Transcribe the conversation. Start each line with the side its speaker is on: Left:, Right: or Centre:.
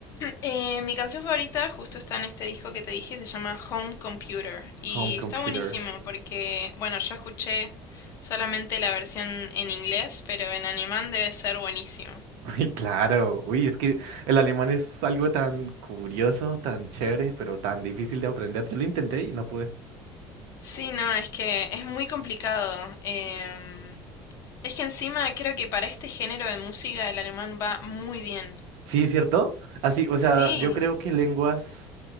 Left: Eh, mi canción favorita justo está en este disco que te dije, se llama Home Computer. Y
Right: Home Computer.
Left: está buenísimo porque, bueno, yo escuché solamente la versión en inglés, pero en alemán debe ser buenísimo.
Right: <laughs> Uy, claro. Uy, es que el alemán es algo tan curioso, tan chévere, pero tan difícil de aprender. Yo lo intenté y no pude.
Left: Sí, no, es que es muy complicado. Em, es que encima creo que para este género de música el alemán va muy bien.
Right: Sí, ¿cierto? Así, o
Left: Sí,
Right: sea, yo creo que lenguas.